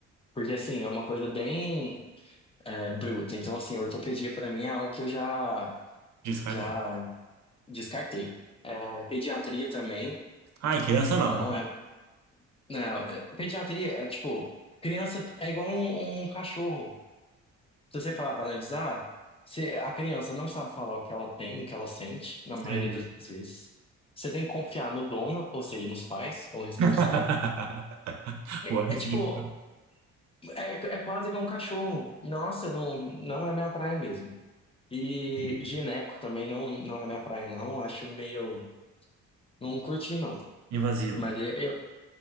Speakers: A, on the left; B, on the right.
A: Porque, assim, é uma coisa bem, é, bruta. Então, assim, ortopedia pra mim é algo que eu já...
B: Descartou.
A: Já Descartei. É, pediatria também,
B: Ai, criança não.
A: não é. Não, é- pediatria é tipo, criança é igual um, um cachorro. Se você parar para analisar, se a criança não sabe falar o que ela tem, o que ela sente, na
B: Sim.
A: maioria das vezes. Você tem que confiar no dono, ou seja, nos pais, ou responsável.
B: <laughs>
A: É,
B: Boa reflexão.
A: é tipo, é, é quase igual um cachorro. Nossa, não, não é minha praia mesmo. E
B: Sim.
A: gineco também não, não é minha praia, não. Acho meio. Não curti, não.
B: Invasivo.
A: Mas eu, eu,